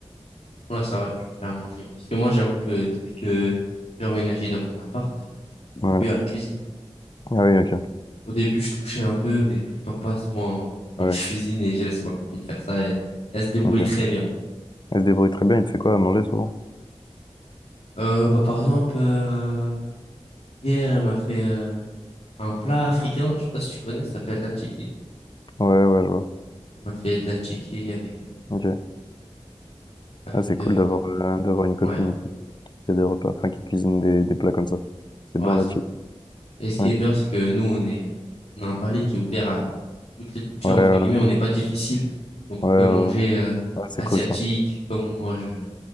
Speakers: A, on the left; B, on the left.
A: Ouais, ça va, tu te fais à manger. Parce que moi, j'avoue que depuis que j'ai emménagé dans mon appart, euh, je
B: Ouais.
A: touche plus à la cuisine.
B: Ah oui, ok.
A: Au début, je touchais un peu, mais plus le temps passe, moi,
B: Ah
A: moi
B: oui,
A: je cuisine et je laisse ma copine faire ça et elle se débrouille
B: ok.
A: très bien.
B: Elle se débrouille très bien, il te fait quoi à manger souvent?
A: Euh, bah, par exemple, euh, hier, elle m'a fait euh, un plat africain, je sais pas si tu connais, ça s'appelle la tchéké.
B: Ouais, ouais, je vois.
A: Elle m'a fait de la tchéké avec, euh,
B: Ok.
A: avec
B: Ah, c'est cool
A: euh,
B: d'avoir euh, d'avoir une copine
A: ouais,
B: qui qui fait des repas, enfin qui cuisine des, des plats comme ça. C'est
A: ouais,
B: bon la
A: c'est
B: chick.
A: cool. Et ce qui
B: Ouais,
A: est bien, c'est que nous, on est, on a un palais qui est ouvert à toutes les cultures,
B: ouais,
A: entre guillemets,
B: ouais,
A: on n'est pas difficile, donc
B: ouais,
A: on
B: ouais.
A: peut manger
B: ouais.
A: euh,
B: Ah, c'est
A: asiatique,
B: cool ça.
A: comme on mange euh,